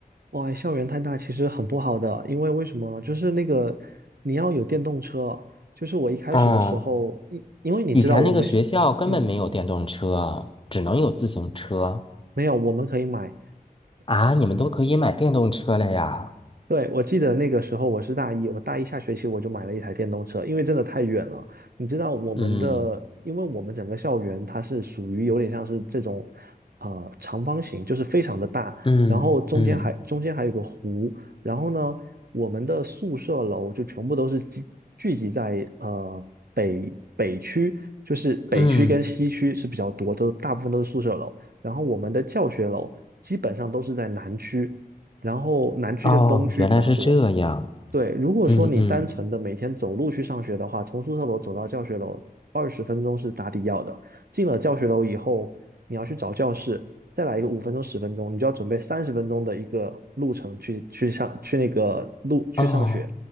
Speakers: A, on the right (about 75°); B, on the left (about 35°).
A: 哇，校园太大其实很不好的，因为为什么？就是那个你要有电动车，就是我一开始的时候，
B: 嗯，
A: 因因为你知道我们是，
B: 以前那个学校根本没有电动车，
A: 嗯，
B: 只能有自行车
A: 没有，我们可以买，
B: 啊，你们都可以买电动车了呀。
A: 对，我记得那个时候我是大一，我大一下学期我就买了一台电动车，因为真的太远了。你知道我们的，
B: 嗯
A: 因为我们整个校园它是属于有点像是这种，呃，长方形，就是非常的大，
B: 嗯嗯
A: 然后中间还中间还有个湖，然后呢，我们的宿舍楼就全部都是聚聚集在呃北北区，就是北区跟西区是比较多，
B: 嗯，
A: 都大部分都是宿舍楼，然后我们的教学楼基本上都是在南区。然后南区跟东区比较多。
B: 哦，原来是这样。
A: 对，如果说你单纯的每天走路去上学的话，
B: 嗯嗯，
A: 从宿舍楼走到教学楼二十分钟是打底要的。进了教学楼以后，你要去找教室，再来一个五分钟、十分钟，你就要准备三十分钟的一个路程去去上去那个路去上学，
B: 哦